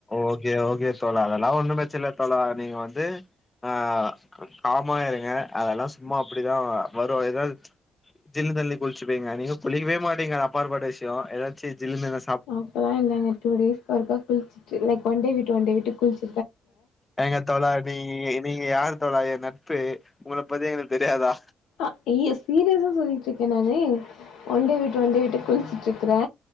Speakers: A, on the left (about 20°); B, on the left (about 85°).
A: ஓகே ஓகே தோழா அதெல்லா ஒன்னும் பிரச்ச இல்ல தோழா நீங்க வந்து ஆ காமா இருங்க அதெல்லா சும்மா அப்டிதா வரு எகெல் ஜில்லு தள்ளி குளிச்சுப்பீங்க நீங்க குளிக்கவே மாட்டிங்க அது அப்பார்பட்ட விஷ்யோ எதாச்சி ஜில்லுனு எதாச்
B: அப்பலா இல்லங்க டூ டேஸ்கு ஒருக்கா குளிச்சுட்டு லைக் ஒன் டே விட்டு ஒன் டே விட்டு குளிச்
A: எங்கத் தோழாட் நீ நீங்க யாருத்தோழா எ நட்பு உங்கள பத்தி எங்களுக் தெரியாதா
B: ஆ இ சீரியஸா சொல்லிட்ருக்கே நானு ஒன் டே விட்டு ஒன் டே விட்டு குளிச்சுட்ருக்கறே